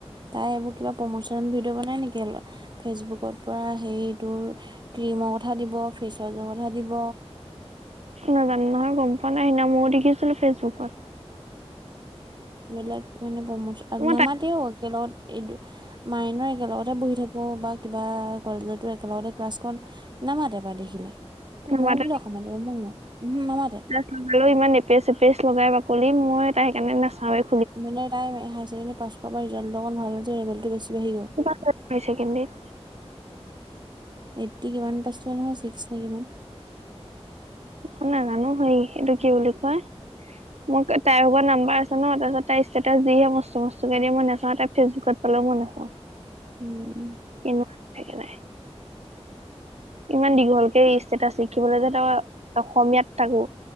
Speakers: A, on the right; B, on the right.
A: তাই এইবোৰ কিবা প্ৰমচন ভিডিঅ' বনাই নেকি অলপ? ফেচবুকত পোৰা সেইটোৰ ক্ৰীমৰ কথা দিব, ফেচৱাছৰ কথা দিব
B: নাজানো নহয় গম পোৱা নাই সিদনা ময়ো দেখিছিলো ফেচবুকত।
A: বেলেগ মানে প্ৰমোচন <unintelligible>
B: মই
A: নামাতেও
B: তাই
A: একেলগত এইটো মাইনো একেলগতে বহি থাকো বা কিবা কলেজতো একেলগতে ক্লাছখন নামাতে বা দেখিলে <unintelligible>
B: নামাতা
A: উহো নামাতে।
B: সোমালেও ইমান এপেচ- এপেচ লগাই বাকলি মই তাই সেইকাৰণে নাচাও য়ে।
A: মানে তাই হাই চেকেণ্ডেৰী পাছ কৰা পৰা ৰিজাল্টটো অকণ ভাল যে লেবেলটো বেছি বাঢ়ি গ'ল।
B: কি <unintelligible> ছেকেণ্ডিত?
A: এইথটি কিমান পাইছিলে নহয় ছিক্স নে কিমান?
B: অ, নাজানো হেই এইটো কি বুলি কয় মোক তাইৰ আগৰ নাম্বাৰ আছে ন, তাৰপিছত তাই ষ্টেটাছ দিয়ে <unintelligible> দিয়ে নেচাওঁ তাইৰ ফেচবুকত। হলেওঁ মই নাচাও।
A: উম,
B: এনেকুৱা থাকে তাই। ইমান দীঘলকে ষ্টেটাচ লিখিবলৈ যে তই অসমীয়াত তাকো